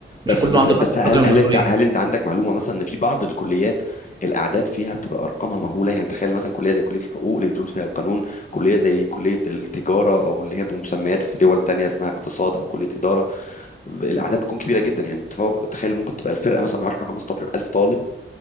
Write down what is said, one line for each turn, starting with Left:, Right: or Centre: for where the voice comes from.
Right: مش
Left: بس
Right: كله
Left: بس
Right: عنده
Left: بس
Right: نفس
Left: هل
Right: القدر من المسؤولية
Left: هل انت هل انت عندك معلومه مثلا ان في بعض الكليات الاعداد فيها بتبقى ارقامها مهوله يعني تخيل مثلا كليه زي كليه الحقوق اللي بتدرس فيها القانون كليه زي كليه التجاره او اللي هي بمسميات في دول تانية اسمها اقتصاد او كليه اداره الاعداد بتكون كبيره جدا يعني تفوق- تخيل ممكن تبقى الفرقه مثلا 10 15 الف طالب